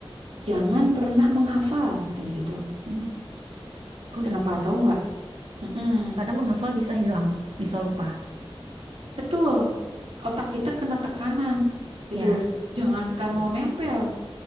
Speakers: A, on the right; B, on the right.
A: Jangan pernah menghafal, katanya gitu.
B: Mhm. Kok
A: Kenapa
B: gitu?
A: tahu nggak? Mm-mm.
B: Karena menghafal bisa hilang, bisa lupa.
A: Betul, otak kita kena tekanan
B: Ya,
A: gitu. Jangankan mau nempel,